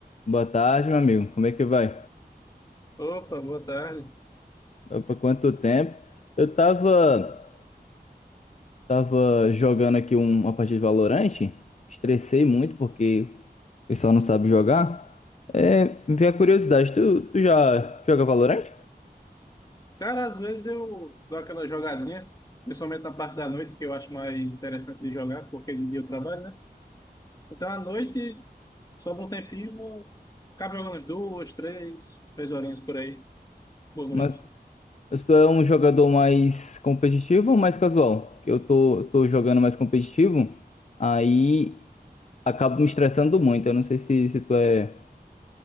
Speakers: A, on the left; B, on the left.
A: Boa tarde, meu amigo. Como é que vai?
B: Opa, boa tarde.
A: Opa, quanto tempo? Eu tava, tava jogando aqui um- uma partida de Valorant, estressei muito porque o pessoal não sabe jogar. É, me veio a curiosidade, tu, tu já joga Valorant?
B: Cara, às vezes eu dou aquela jogadinha, principalmente na parte da noite, que eu acho mais interessante de jogar, porque de dia eu trabalho, né? Então à noite, sobra um tempinho, vou ficar jogando umas duas, três, três horinhas por aí. Boa noite.
A: Mas mas tu é um jogador mais competitivo ou mais casual? Que eu tô, eu tô jogando mais competitivo, aí acabo me estressando muito. Eu não sei se, se tu é